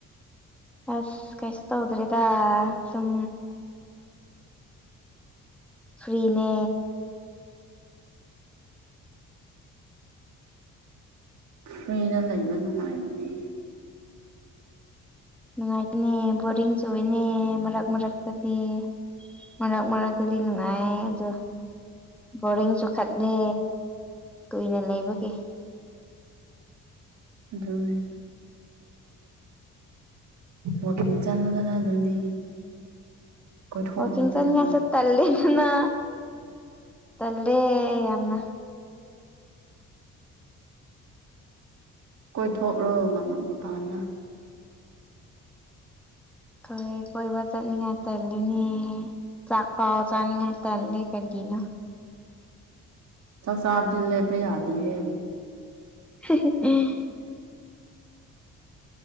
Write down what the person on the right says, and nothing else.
ꯐ꯭ꯔꯤꯗ ꯂꯩꯕ ꯅꯨꯡꯉꯥꯏꯕꯅꯤ
ꯑꯗꯨꯅꯤ ꯋꯥꯛꯀꯤꯡ ꯆꯠꯂꯒꯅ‌ ꯑꯗꯨꯗꯤ ꯀꯣꯏꯊꯣꯛꯂꯨꯗꯅ
ꯀꯣꯏꯊꯣꯛꯂꯣ ꯌꯥ ꯃꯥ ꯃꯥ ꯃꯄꯥꯗ
ꯆꯥꯛ ꯆꯥꯕꯗꯤ ꯂꯩꯞꯄ ꯌꯥꯗꯤ ꯍꯦ